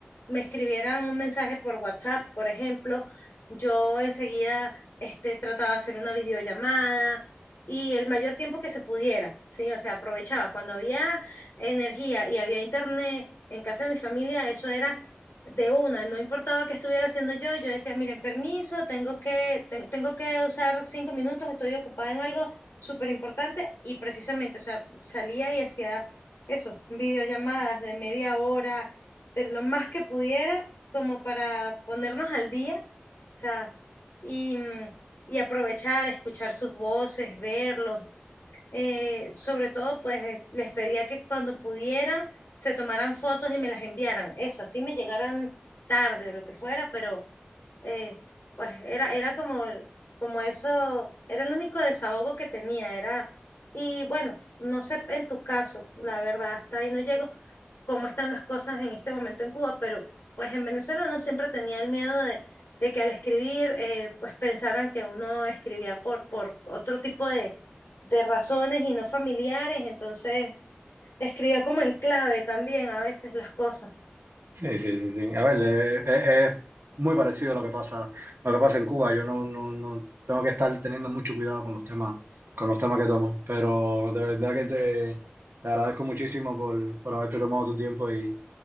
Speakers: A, on the left; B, on the right.
A: me escribieran un mensaje por WhatsApp, por ejemplo, yo enseguida este, trataba de hacer una videollamada y el mayor tiempo que se pudiera, ¿sí? O sea, aprovechaba. Cuando había energía y había internet en casa de mi familia, eso era de una, no importaba qué estuviera haciendo yo, yo decía, miren, permiso, tengo que, ten- tengo que usar cinco minutos, estoy ocupada en algo súper importante y precisamente, o sea, salía y hacía eso, videollamadas de media hora, de lo más que pudiera, como para ponernos al día, o sea, y, mm, y aprovechar, escuchar sus voces, verlos. Eh, sobre todo, pues eh, les pedía que cuando pudieran se tomaran fotos y me las enviaran. Eso, así me llegaran tarde o lo que fuera, pero eh, pues era, era como, como eso, era el único desahogo que tenía, era, y bueno, no sé en tu caso, la verdad, hasta ahí no llego, cómo están las cosas en este momento en Cuba, pero pues en Venezuela uno siempre tenía el miedo de, de que al escribir, eh, pues pensaran que uno escribía por, por otro tipo de, de razones y no familiares, entonces escribía como en clave también a veces las cosas.
B: Sí, sí, sí, sí. A ver, eh, eh, es muy parecido a lo que pasa, lo que pasa en Cuba. Yo no, no, no tengo que estar teniendo mucho cuidado con los temas, con los temas que tomo. Pero de verdad que te, te agradezco muchísimo por, por haberte tomado tu tiempo y,